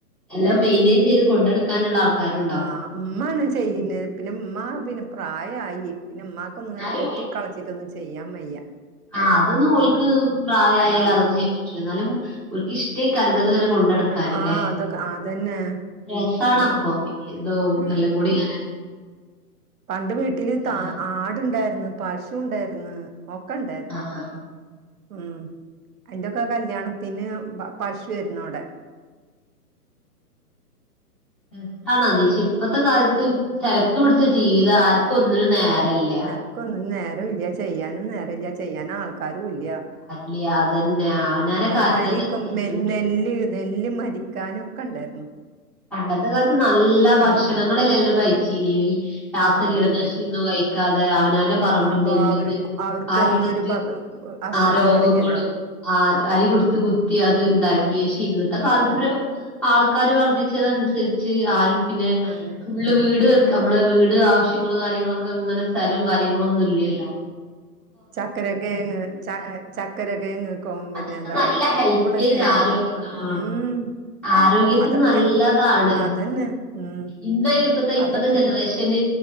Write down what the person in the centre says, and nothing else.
എല്ലാം മെയ്ന്റെയ്ൻ ചെയ്ത് കൊണ്ടട് ക്കാന്ള്ളആൾക്കാരുൺ
എന്നാലും
ആഹ് അതൊന്നും ഓൽക്ക്
പ്രായായാല്
അതൊന്നും ചിയ്യാൻ പറ്റ്ല ന്നാലും ഓൽക്കിഷ്റ്റെയ്ക്കാരം <unintelligible> കൊണ്ടെട്ക്കാനിലെ
രസാണപ്പൊ
ഇതൊ
എല്ലം കൂടി ഇങ്ങനെ
ആഹ്
ആഹ്
ഉം ആണത് ശ പ്പത്തെ കാൽത്ത് തെരക്ക് പുടിച്ച ജീവിതാ ആർക്കും ഒന്നിനും നേരല്യ
ല്യ അതെന്നെ അവനാന്റെ
കാര്യതന്നെ തട്ടിമുട്ടി
പോ
പണ്ടത്തെ കാൽത്ത് നല്ല ഭക്ഷണങ്ങളല്ലെല്ലും
കയ്ച്ചീന് ഇ താസ
കീടന്താശ്നിന്നു കൈ ക്കതെ അവനാൻ്റം പറമ്പിൽ
നില്ല്ന്ന്
ആ ഇട്ത്ത്
ആരോഖങ്ങളും ആഹ് അരി കൊടുത്ത് കുത്തി അത് ണ്ടാക്കി ഷിഇന്നത്തെകാൽത്ത്ബ്ര്
ആൾക്കാര് വർധിച്ചതൻസരിച്ച് ആരും പിന്നെ
<unintelligible> വീട് വെക്ക ഞമ്മ്ള വീട് ആവശ്യങ്ങള് കാര്യങ്ങളൊക്കങ്ങനെ സ്ഥലൊം കാര്യങ്ങളൊന്നുല്ലല്ലൊ
അതൊക്കെ നല്ല ഹെൽത്തി
ആയിട്ട് ആരോഗ്യ
ആ
ആരോഗ്യത്തിന്
നല്ലതാണ്
ഇന്നയ്ന് പ്പത്തെ ഇപ്പത്തെ
ജ അയ്‌ഷരി